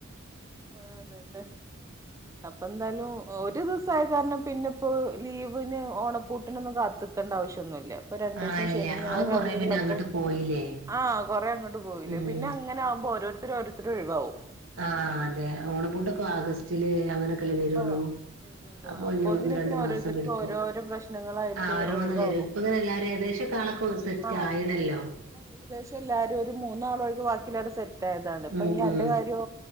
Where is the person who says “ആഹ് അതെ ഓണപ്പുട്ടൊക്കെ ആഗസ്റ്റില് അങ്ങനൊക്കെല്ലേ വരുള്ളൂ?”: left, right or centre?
Right